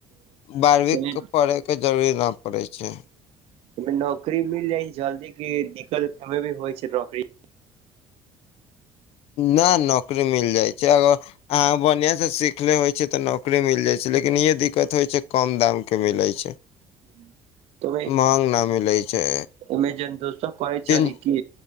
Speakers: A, on the left (about 65°); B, on the right (about 65°).
A: बारहवीं
B: तमे
A: के पढ़े के जरूरी न पड़ै छै
B: नौकरी मिल जाइ छै जल्दी क दिक्कत भी होइ छै नौकरी
A: न नौकरी मिल जाइ छै अगर अहाँ बढ़िया सँ सीखनेे होइ छियै तऽ नौकरी मिल जाइ छै लेकिन इहे दिक्कत होइ छै कम दामके मिलै छै
B: <inaudible> त
A: महंग न मिलै छै
B: ईमेजन <unintelligible> दोस्त कहै छै
A: तीन
B: न कि